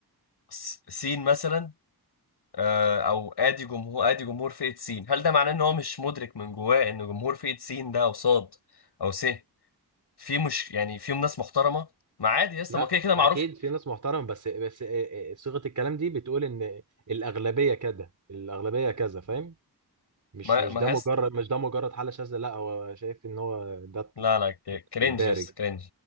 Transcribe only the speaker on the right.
لا
اكيد في ناس محترمة بس بس آه، آه، آه، صيغة الكلام دي بتقول ان الاغلبية كده الاغلبية كذا فاهم مش
مش
ده مجرد
مش ده مجرد حالة شاذة لا هو شايف ان هو ده
الدارج